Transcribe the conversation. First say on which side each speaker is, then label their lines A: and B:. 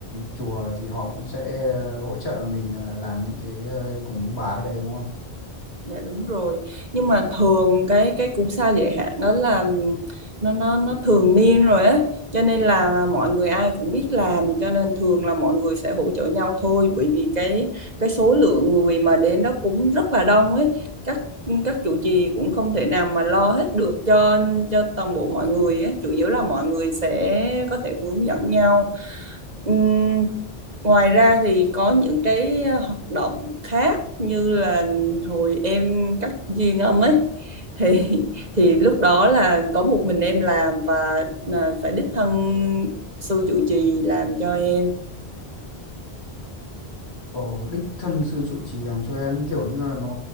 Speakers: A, on the left; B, on the right.
A: chùa thì họ cũng sẽ ờ, hỗ trợ mình ờ, làm những cái ờ, cúng bái ở đây đúng không?
B: Dạ đúng rồi. Nhưng mà thường cái cái cú sa giới hạn đó là nó nó nó thường niên rồi á, cho nên là mọi người ai cũng biết làm cho nên thường là mọi người sẽ hỗ trợ nhau thôi bởi vì cái cái số lượng người mà đến đó cũng rất là đông ấy. Các các chủ trì cũng không thể nào mà lo hết được cho cho toàn bộ mọi người ấy. Chủ yếu là mọi người sẽ có thể hướng dẫn nhau Ừm, ngoài ra thì có những cái ờ, hoạt động khác như là hồi em cắt duyên âm ấy thì <laughs> thì lúc đó là có một mình em làm và là phải đích thân sư trụ trì làm cho em
A: Ồ, đích thân sư trụ trì làm cho em kiểu như là nó